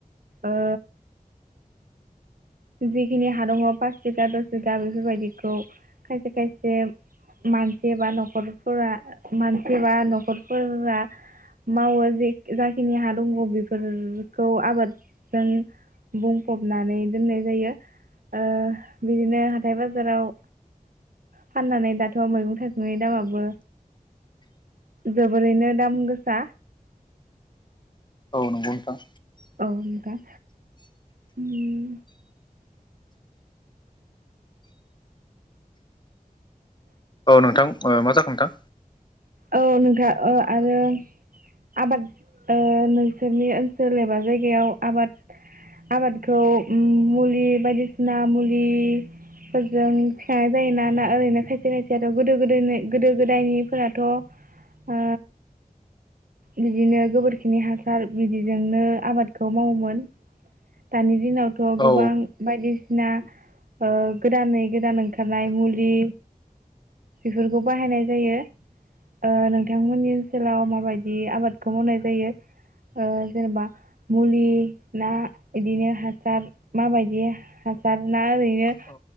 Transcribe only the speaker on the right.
ओ जिखिनि हा दङ पास भिगा दस बिघा बेफोरबायदिखौ खायसे खायसे मानसि बा नखरफोरा मानसि बा नखरफोरा मावो ज-जाखिनि हा दङ बेफोरखौ आबादजों बुंफबनानै दोननाय जायो। ओ बिदिनो हाथाय बाजाराव फाननानै दाथ मैगं थाइगंनि दामाबो जोबोरैनो दाम गोसा।
औ नोंथां। उम।
औ नों ओ आरो आबाद ओ नोंसोरनि ओनसोल एबा जायगायाव आबाद आबादखौ मुलि बायदिसिना मुलिफोरजों थिखांनाय जायोना ना ओरैनो खायसे खायसेथ गोदो गोदोनि गोदो गोदायनिफोरा थ ओ बिदिनो गोबोरखिनि हासार बिदिजोंनो आबादखौ मावोमोन दानि दिनावथ गोबां
बायदि सिना ओ गोदानै गोदान ओंखारनाय मुलि बेफोरखौ बाहायनाय जायो। ओ नोंथांमोननि ओनसोलाव माबायदि आबादखौ मावनाय जायो? ओ जेनेबा मुलि ना बिदिनो हासार माबायदि हासार ना ओरैनो